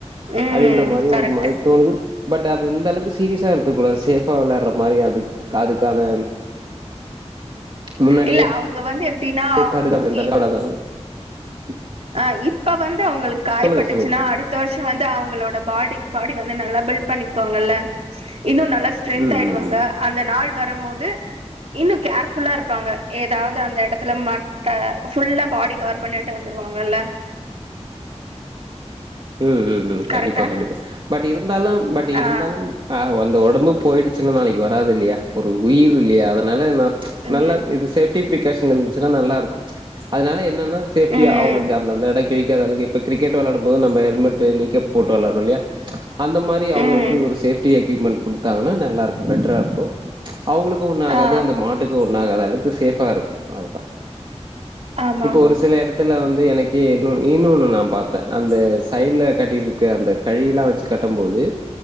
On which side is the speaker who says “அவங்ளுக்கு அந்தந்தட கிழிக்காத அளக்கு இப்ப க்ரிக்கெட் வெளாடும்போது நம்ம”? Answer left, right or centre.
Right